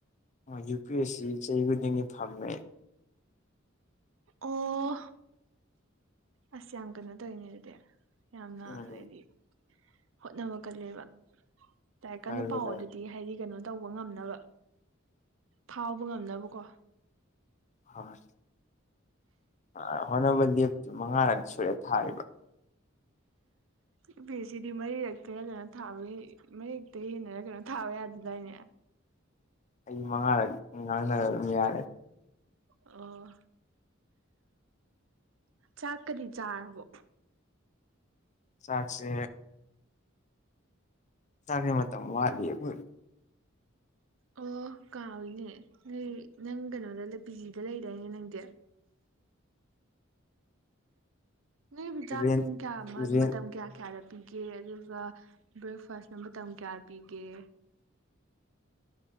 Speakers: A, on the left; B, on the right.
A: ꯌꯨ ꯄꯤ ꯑꯦꯁ ꯁꯤ ꯆꯍꯤ ꯈꯨꯗꯤꯡꯒꯤ ꯐꯝꯃꯦ
B: ꯑꯣ ꯑꯁ ꯌꯥꯝ ꯀꯩꯅꯣ ꯇꯧꯋꯤꯅꯦ ꯑꯗꯨꯗꯤ ꯌꯥꯝꯅ
A: ꯎꯝ
B: ꯍꯥꯏꯗꯤ ꯍꯣꯠꯅꯕ ꯀꯜꯂꯦꯕ ꯂꯥꯢꯔꯤꯛ ꯀꯟꯅ
A: ꯂꯩ ꯂꯩꯀꯥꯏ
B: ꯄꯥꯎꯋꯣ ꯑꯗꯨ ꯗꯤ ꯍꯥꯏꯗꯤ ꯀꯩꯅꯣ ꯇꯧꯕ ꯉꯝꯅꯕ ꯐꯥꯎꯕ ꯉꯝꯅꯕꯀꯣ
A: ꯍꯣ ꯍꯣꯏ ꯑꯥ ꯍꯣꯠꯅꯕ ꯂꯦꯞꯇꯦ ꯃꯉꯥꯔꯛ ꯁꯨꯔꯦ ꯊꯥꯏꯔꯤꯕ
B: ꯌꯨ ꯄꯤ ꯑꯦ ꯁꯤ ꯗꯤ ꯃꯔꯤꯔꯛꯇꯩꯔ ꯀꯩꯅꯣ ꯊꯥꯕ ꯃꯔꯤꯔꯛꯇꯩ ꯍꯦꯟꯅꯔ ꯀꯩꯅꯣ ꯊꯥꯕ ꯌꯥꯗꯗꯥꯏꯅꯦ
A: ꯑꯩ ꯃꯉꯥꯔꯛ ꯉꯥꯡꯅꯔ ꯑꯗꯨꯝ ꯌꯥꯔꯦ
B: ꯑꯣ ꯆꯥꯛꯀꯗꯤ ꯆꯥꯔꯕꯣ
A: ꯆꯥꯛꯁꯦ ꯆꯥꯛꯀꯤ ꯃꯇꯝ ꯋꯥꯠꯂꯤ ꯑꯈꯣꯢ
B: <inaudible> ꯑꯣ ꯀꯥꯎꯏꯅꯦ ꯅꯣꯏ ꯅꯪ ꯀꯩꯅꯣꯗ ꯄꯤꯖꯤꯗ ꯂꯩꯗꯥꯏꯅꯦ ꯅꯪꯗꯤ ꯅꯣꯏꯕꯨ ꯆꯥꯛ
A: ꯔꯦꯟ
B: ꯄꯨꯡ ꯀꯌꯥ
A: ꯔꯦꯟ
B: ꯃꯇꯝ ꯀꯌꯥ ꯀꯌꯥꯗ ꯄꯤꯒꯦ ꯑꯗꯨꯒ ꯕ꯭ꯔꯦꯛꯐꯥꯁꯅ ꯃꯇꯝ ꯀꯌꯥ ꯄꯤꯒꯦ